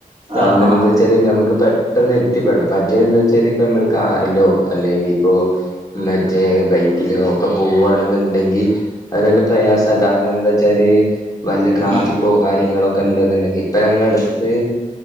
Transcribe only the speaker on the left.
കാരണം
എന്താ വെച്ചാല് നമ്മുക്ക് പെട്ടെന്ന് എത്തിപ്പെടാം മറ്റേ എന്താ വെച്ചാല് ഇപ്പ നമ്മള് കാ ല്ലോ അല്ലെങ്കി ഇപ്പോ മറ്റേ ബൈക്കിലോ ഒക്കെ പോവവാണെന്നുണ്ടെങ്കിൽ അത് നല്ല പ്രയാസമാണ് കാരണം എന്താ വച്ചാല് വലിയട്രാഫിക്കോ
കാര്യങ്ങളൊക്കെ ഉണ്ടെന്നുണ്ടെങ്കിൽ ഇപ്പൊ ഞങ്ങളുടെ അടുത്ത്